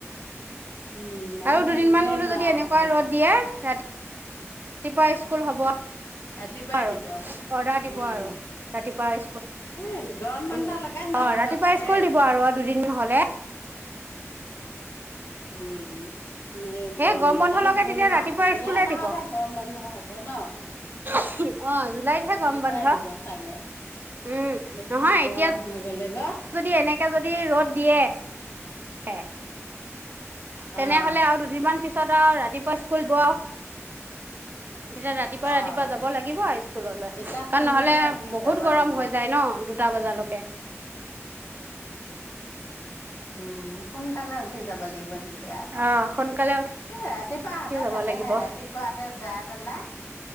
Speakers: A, on the left; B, on the right.
A: উম মানুহ
B: আৰু দুদিনমান
A: থাকিবই
B: বোলো
A: নোৱাৰা
B: যদি এনেকুৱা
A: হ'ব
B: ৰ'দ
A: গৈ
B: দিয়ে, ৰাতি তিপুৱা স্কুল, স্কুল হ'ব
A: ৰাতিপুৱাই
B: আৰু
A: দিব
B: অৰ্ডাৰ দিব
A: উম।
B: আৰু ৰাতিপুৱা স্কুল।
A: এ গৰম বন্ধ লগাত নহ'ব
B: অ ৰাতিপুৱা
A: চাগে
B: স্কুল দিব আৰু দুদিন মান হ'লে। এ
A: উম। মে'
B: সেই
A: জুন
B: গৰম বন্ধ
A: এইটো
B: লগে
A: জুন
B: তেতিয়া
A: মাহ।
B: ৰাতিপুৱা
A: জুলাই
B: স্কুলে
A: মাহতহে
B: দিব
A: গৰম বন্ধ হ'ব ন।
B: অ জুলাইতহে
A: ৰাতিপুৱাই
B: গৰম বন্ধ
A: দিব চাগে।
B: উম
A: বেছি
B: নহয় এতিয়া
A: গৰম হৈ গলেগৈ,
B: যদি এনেকে যদি ৰ'দ দিয়ে, এ তেনেহলে
A: অ'।
B: আৰু দুদিনমান পিছত, ছত আৰু ৰাতিপুৱা স্কুল বোৰ আৰু, তেতিয়া ৰাতিপুৱা
A: অ'
B: ৰাতিপুৱা যাব লাগিব আৰু স্কুললৈ,
A: তেতিয়া
B: কাৰণ
A: সোনকালে
B: নহ'লে
A: উঠি
B: বহুত
A: যাব
B: গৰম
A: লাগিব।
B: হৈ যায় ন দুটা বজালৈকে।
A: উম, সোনকালে উঠি যাব লাগিব তেতিয় তিয়া আকৌ।
B: অ সোনকালে
A: এ ৰাতিপুৱা
B: উঠি
A: হ'লে
B: যাব
A: ভালেহে
B: লাগিব
A: ৰাতিপুৱাতে যাই পেলাই,